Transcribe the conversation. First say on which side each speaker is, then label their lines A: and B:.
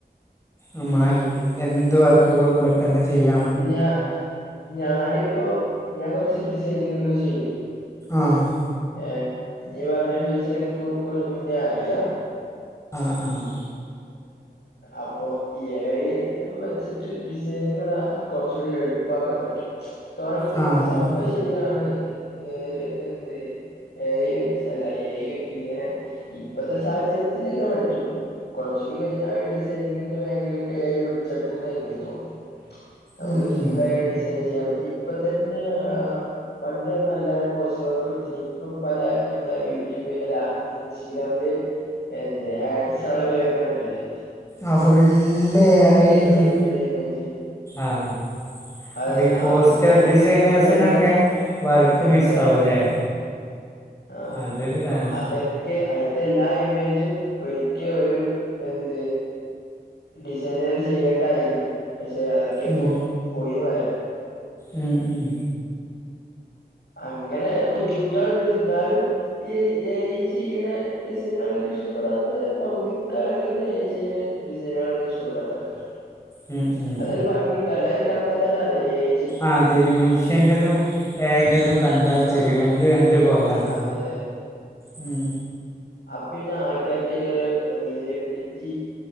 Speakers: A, on the left; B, on the left.
A: നമ്മള്എന്ത്
B: ഉം
A: വർക്ക്കൂടും പെട്ടെന്ന് ചെയ്യ
B: ഞ ഞാനിപ്പോ ഞാൻ കൊറച്ച് ഡിസൈനിങ്ങൊക്കെ ചെയ്യും
A: ആഹ്
B: ഏഹ് നീ പർഞ്ഞ ഫീച്ചർ ഇൻക്ക് ഇക്കൊല്ല മുന്നേ അറിയാ
A: ആഹ് ആഹ്
B: അപ്പൊ എ ഐ വെച്ചിട്ട് ഡിസൈനിങ്ങടെ കുറച്ചുകൂടി എളുപ്പാക്കാൻ പറ്റും തോന്നണത്
A: ആ അതന്നെ
B: സംഭംശരിയാണ് ഏര് എന്ത് എ ഐ വെച്ച് അല്ല എ ഐക്ക്ഇങ്ങനെ ഇപ്പത്തെ സാഹചര്യത്തിൽ ഇങ്ങനെ പറ്റും കൊറച്ചൂടി കയിഞ്ഞാൽ <unintelligible> <unintelligible> എ ഐ പിടിച്ച് അടുക്കുവെന്ന എ നിക്ക് തോന്നുന്നേ നമ്മക്ക്
A: ഉം, ഉം.
B: സിമ്പിളായിട്ട് തെചെയ്യാൻപറ്റിഇപ്പതന്നെ ആ പണ്ട് നല്ല പോസ്റ്റുകൾക്ക് എടുത്തിനി ഇപ്പൊപലനമ്മളയൂട്യൂബ് അല്ല ഇൻസ്റ്റഗ്രാമില് എന്റെ ആക്സോളജി വരുന്ന കണ്ടില്ലേ
A: ആഹ് ഫുള്ള് എ ഐ
B: ജനറേറ്റഡ്
A: ജി
B: ഇമേജ്
A: ആഹ്
B: അതെ
A: അപ്പൊ ഈ പോസ്റ്റർ
B: ആ അതൊക്കെ
A: ഡിസൈനേഴ്സിനൊക്കെ
B: ശരിക്കും വല്ല
A: വർക്ക് മിസ്സാവൂല്ലേ
B: അതെ അതെ ആ
A: അതൊരുതാണ്
B: അപ്പ അതൊക്കെ അയിന്റെ എല്ലാ ഇമേജും ഒരിക്കൽ ഒരു എന്ത് ഡിസൈനുകൾ ചെയ്യേണ്ടായിരുന്നു പക്ഷെ അതൊക്കെപ്പോ
A: ഉം,
B: പോയിന്ന് പറയാ
A: ഉം ഉം
B: അങ്ങനെ ബുദ്ധിമുട്ടള്ണ്ട് ഇന്നാലും ഈ എ ഐ ചെയ്യണേ ഡിസൈന് ക ളൊക്കെ ഇഷ്ടപ്പെടാത്ത പൗതിമുക്കാലൊക്കെയല്ലേ ഏ ചെ ഡിസൈനേളൊന്നും ഇ്ടപെടാത്താള്ക്കാര്ണ്ട്
A: ഉം ഉം
B: ഒരു ഭംഗി ഉണ്ടാവുല്ലോ അത് കണ്ടാ തന്നെ അറിയാ എ ഐ
A: ആതെരു മനുഷ്യന്റെതും എ ഐ ന്റെതുംകണ്ടാൽതെരി
B: ആ
A: യുംരണ്ടുരണ്ട് കോലാണ്
B: അതെ
A: ഉം
B: ആപ്പിന്നെ ആൾക്കാർക്ക് ഇയിന്റെഒരു റിയലബിലിറ്റി